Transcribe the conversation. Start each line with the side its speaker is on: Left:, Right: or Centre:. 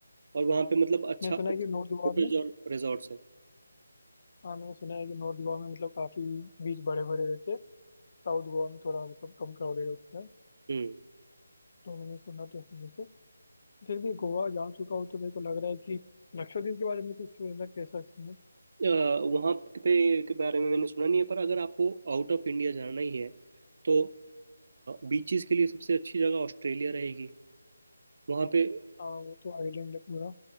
Right: और वहाँ पे मतलब अच्छा
Left: मैंने सुना
Right: होटल्स
Left: है कि नॉर्थ गोवा में
Right: और रिजॉर्ट्स हैं
Left: हाँ मैंने सुना है कि नॉर्थ गोवा में मतलब काफी बीच बड़े बड़े रहते हैं साउथ गोवा में थोड़ा मतलब कम क्राउडेड होता है
Right: हम्म
Left: तो मैंने सुना तो उस वजह से फिर भी गोवा जा चुका हूँ तो मेरे को लग रहा है कि लक्षद्वीप के बारे में कुछ सुन रहा कैसा इसमें
Right: अ, वहाँ पे के बारे में मैंने सुना नहीं है पर अगर आपको आउट ऑफ इंडिया जाना ही है तो बीचेस के लिए सबसे अच्छी जगह ऑस्ट्रेलिया रहेगी वहाँ पे
Left: हाँ वो तो आइलैंड है पूरा